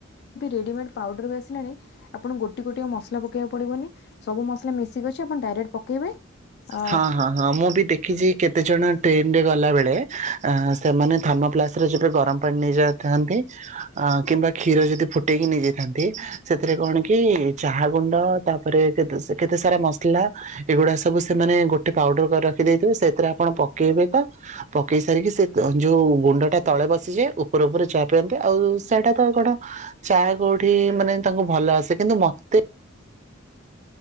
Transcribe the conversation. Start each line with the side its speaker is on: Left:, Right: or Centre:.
Left: ରେଡିମେଡ୍ ପାଉଡର ବି ଆପଣ ଗୋଟେ ଗୋଟେ ମସଲା ପକେଇବାକୁ ପଡିବନି ସବୁ ମସଲା ମିଶିକି ଅଛି ଆପଣ ଡାଇରେକ୍ଟ ପକେଇବେ ଅ
Right: ହଁ ହଁ ମୁଁ ବି ଦେଖିଛି କେତେଜଣ ଟ୍ରେନରେ ଗଲାବେଳେ ସେମାନେ ଥର୍ମୋପ୍ଲାସ ରେ ଯେବେ ଗରମ ପାଣି ନେଇଯାଇଥାନ୍ତି ଅ କିମ୍ବା କ୍ଷୀର ଯଦି ଫୁଟେଇକି ନେଇଯାଇଥାନ୍ତି ସେଥିରେ କଣ କି ଚାହା ଗୁଣ୍ଡ ତାପରେ କେତେ ସାରା ମସଲା ଏଗୁଡା ସବୁ ସେମାନେ ଗୋଟେ ପାଉଡର କରି ରଖି ଦେଇଥିବେ ସେଥିରେ ଆପଣ ପକେଇବେ ତ ପକେଇ ସାରିକି ସେ ଯୋଉ ଗୁଣ୍ଡ ଟା ତଳେ ବସ ଆସିଯାଏ ଉପର ଉପରେ ଚା ପିଅନ୍ତି ଆଉ ସେଇଟା ତ କଣ ଚା କୋଉଠି ମାନେ ତାଙ୍କୁ ଭଲ ଆସେ କିନ୍ତୁ ମତେ